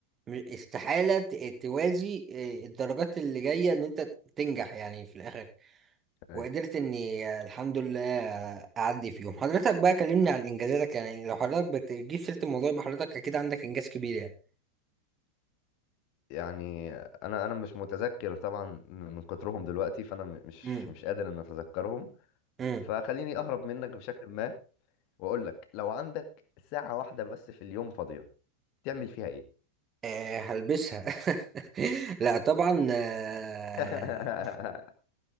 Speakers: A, on the right; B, on the left.
A: م- استحالة ت- توازي آه، الدرجات اللي جاية ان انت تنجح يعني في الاخر
B: أيوة.
A: وقدرت اني آه، الحمد لله آه، اعدي فيهم حضرتك بقى كلمني عن انجازاتك يعني لو حضرتك بتجيب سيرة الموضوع يبقى حضرتك اكيد عندك انجاز كبير يعني
B: يعني انا انا مش متذكر طبعا من من كترهم دلوقتي فانا م- مش
A: امم
B: مش قادر ان اتذكرهم
A: امم
B: فخليني اهرب منك بشكل ما واقول لك لو عندك ساعة واحدة بس في اليوم فاضية تعمل فيها ايه؟
A: آه هلبسها <laughs> لا طبعا آه
B: <laughs>